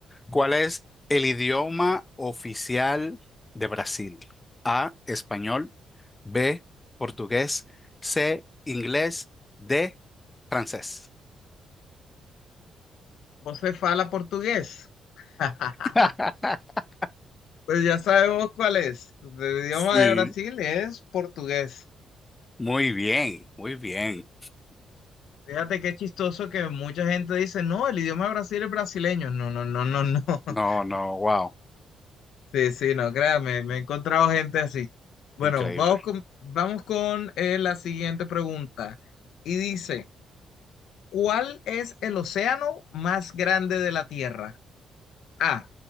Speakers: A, on the left; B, on the left.
A: ¿Cuál es el idioma oficial de Brasil? A, español, B, portugués, C, inglés, D, francés.
B: Vos se fala portugués. <laughs>
A: <laughs>
B: Pues ya sabemos cuál es. El idioma
A: Sí,
B: de Brasil es portugués.
A: muy bien, muy bien.
B: Fíjate qué chistoso que mucha gente dice, no, el idioma de Brasil es brasileño. No, no, no, no, no. <laughs>
A: No, no, wow,
B: Sí, sí, no, créame, me he encontrado gente así. Bueno,
A: increíble.
B: vamos con, vamos con eh, la siguiente pregunta. Y dice, ¿cuál es el océano más grande de la Tierra? A,